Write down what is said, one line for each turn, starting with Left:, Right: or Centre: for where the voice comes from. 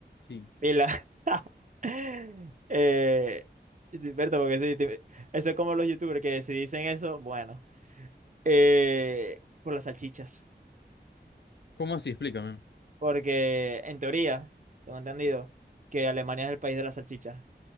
Left: sí.
Right: pila. <laughs> eh, sí, Berta, porque sí, te- eso es como los youtubers que si dicen eso, bueno, eh, por las salchichas.
Left: ¿Cómo así? Explícame.
Right: Porque en teoría, tengo entendido que Alemania es el país de las salchichas.